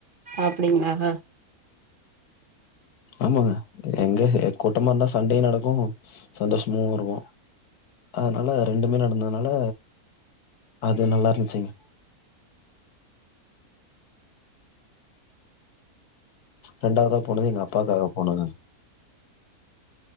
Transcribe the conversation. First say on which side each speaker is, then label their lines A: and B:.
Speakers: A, on the right; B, on the left.
A: அப்டிங்களா ஆ ஆ
B: ஆமாங்க எங்க கூட்டமா இருந்தா சண்டே நடக்கு சந்தோஷமு இருக்கு அதனால ரெண்டுமே நடந்ததுனால அது நல்லா இருந்துச்சுங்க ரெண்டாவதா போனது எங்க அப்பாக்காக போனதுங்க